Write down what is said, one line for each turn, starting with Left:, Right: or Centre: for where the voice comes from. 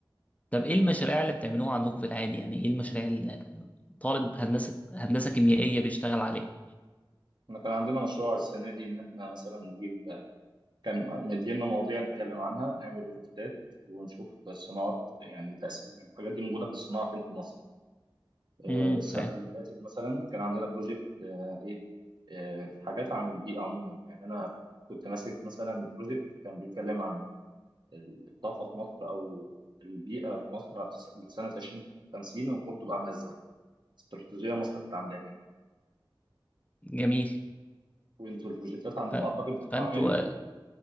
Left: طب ايه المشاريع اللي بتعملوها عندكم في العادي يعني ايه المشاريع اللي طالب هندسة هندسة كيميائية بيشتغل عليها
Right: احنا كان عندنا مشروع السنة دي إن احنا مثلا نجيب كان مدينا مواضيع نتكلم عنها نعمل ريبورتات ونشوف الصناعات يعني تأثير يعني الحاجات دي موجودة في الصناعة فين في مصر آه،
Left: امم
Right: السنة
Left: فاهم
Right: اللي فاتت مثلا كان عندنا بروجكت إيه آه، حاجات عن البيئة عموما يعني أنا كنت ماسك مثلا البروجكت كان بيتكلم عن الطاقة في مصر أو البيئة في مصر هتس- لسنة 2050 المفروض تبقى عاملة إزاي؟ استراتيجية مصر كانت عاملاها يعني
Left: جميل
Right: وأنتوا البروجكتات عندكم
Left: ف...
Right: أعتقد بتبقى
Left: فانتوا
Right: عملي